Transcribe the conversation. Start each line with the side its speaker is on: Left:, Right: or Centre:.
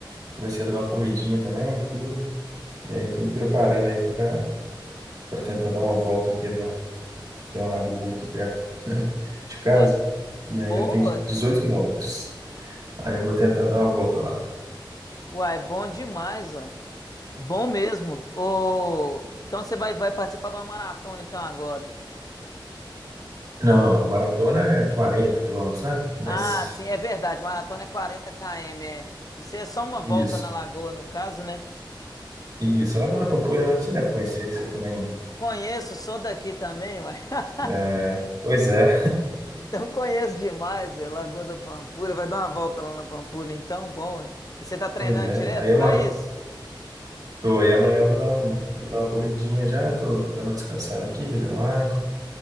Right: comecei a dar uma corridinha também, e tudo. E aí tô me preparando aí pra para tentar dar uma volta aqui na tem uma lagoa aqui perto <laughs> de casa.
Left: Uai, boa!
Right: E aí ela tem 18 quilômetros. Aí eu vou tentar dar uma volta lá.
Left: Uai, bom demais, uai. Bom mesmo. Ô, então você vai, vai participar de uma maratona então agora.
Right: Não, não, maratona é 40 quilômetros, né? Mas
Left: Ah, sim, é verdade. Maratona é quarenta km, é. Isso é só uma
Right: isso.
Left: volta na lagoa, no caso, né?
Right: Isso, a Lagoa da Pampulha, né? Você deve conhecer que você também
Left: Conheço, sou daqui também, uai. <laughs>
Right: é, Pois é,
Left: Então <laughs> conheço demais, é Lagoa da Pampulha. Vai dar uma volta lá na Pampulha, então, bom. ué. E você tá treinando
Right: Pois é.
Left: direto
Right: Aí amanhã,
Left: pra isso?
Right: tô, aí amanhã eu vou dar um, vou dar uma corridinha já, tô dando uma descansada aqui, bebendo água,